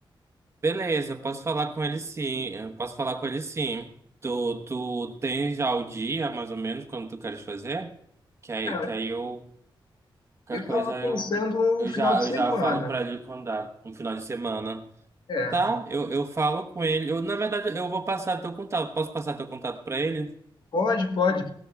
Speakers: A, on the right; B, on the left.
A: Beleza, eu posso falar com ele sim. Eu posso falar com ele sim. Tu, tu tem já o dia, mais ou menos, quando tu queres fazer? Que aí,
B: Cara,
A: que aí eu. Qualquer
B: eu tava
A: coisa
B: pensando
A: eu,
B: no
A: eu
B: final
A: já,
B: de
A: eu
B: semana.
A: já falo pra ele quando dá, um final de semana.
B: É.
A: Tá, eu, eu falo com ele. Eu, na verdade, eu vou passar teu contato. Posso passar teu contato pra ele?
B: Pode, pode.